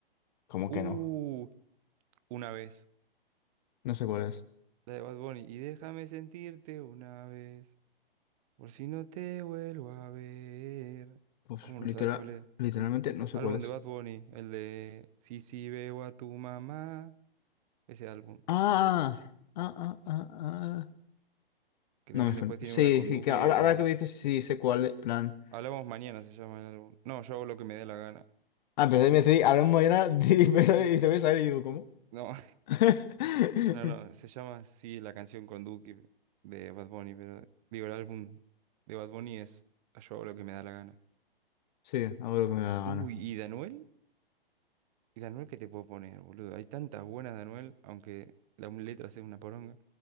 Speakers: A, on the left (about 45°); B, on the right (about 40°).
A: ¿Cómo
B: Uh,
A: que no?
B: una vez.
A: No sé cuál es.
B: La de Bad Bunny. Y déjame sentirte una vez. Por si no te vuelvo a ver.
A: Pues
B: ¿Cómo no
A: literal,
B: sabes cuál es?
A: literalmente no sé
B: Álbum
A: cuál es.
B: de Bad Bunny. El de Sí, sí, veo a tu mamá. Ese álbum.
A: Ah, ah, ah, ah, ah.
B: Que
A: No
B: también
A: me suena.
B: después tiene
A: Sí,
B: una con
A: sí,
B: Duki
A: que ahora,
B: de...
A: ahora que me dices, sí sé cuál es. Plan.
B: Hablamos mañana se llama el álbum. No, yo hago lo que me dé la gana.
A: Ah, pero me decís, hablamos era, <laughs> di- y te ves a ver y digo, ¿cómo?
B: No.
A: <laughs>
B: No, no, se llama así la canción con Duki de Bad Bunny, pero digo, el álbum de Bad Bunny es Yo hago lo que me da la gana.
A: Sí, hago lo que me da la gana.
B: Uy, ¿y Danuel? ¿Y Danuel qué te puedo poner, boludo? Hay tantas buenas de Anuel, aunque la un letra sea una poronga.